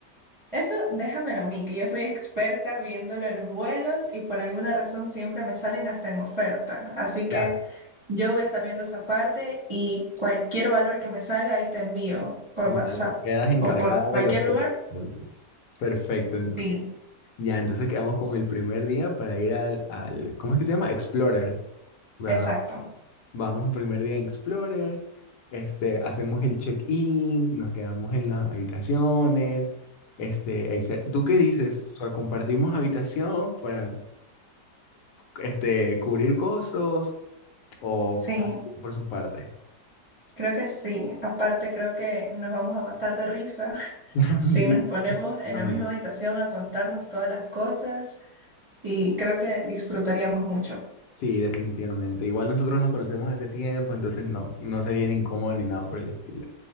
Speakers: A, on the right; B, on the left.
A: Eso déjamelo a mí, que yo soy experta viéndole los vuelos y por alguna razón siempre me salen hasta en oferta. Así que
B: Ya.
A: yo voy a estar viendo esa parte y cualquier valor que me salga ahí te envío por
B: Vale,
A: WhatsApp
B: quedas encargada
A: o por cualquier
B: de los
A: lugar.
B: dos, entonces. Perfecto, entonces.
A: Sí,
B: Ya, entonces quedamos con el primer día para ir al, al, ¿cómo es que se llama? Explorer, ¿verdad?
A: exacto.
B: Vamos, primer día en Explorer, este, hacemos el check-in, nos quedamos en las habitaciones, este, etc. ¿Tú qué dices? O sea, ¿compartimos habitación para, este, cubrir costos o
A: Sí,
B: cada quien por su parte?
A: creo que sí. Aparte creo que nos vamos a matar de risa <laughs>
B: <laughs>
A: si
B: Sí,
A: nos ponemos
B: definitivamente.
A: en la misma habitación a contarnos todas las cosas y creo que disfrutaríamos mucho.
B: Sí, definitivamente. Igual nosotros nos conocemos hace tiempo, entonces no, no sería ni incómodo ni nada por el estilo.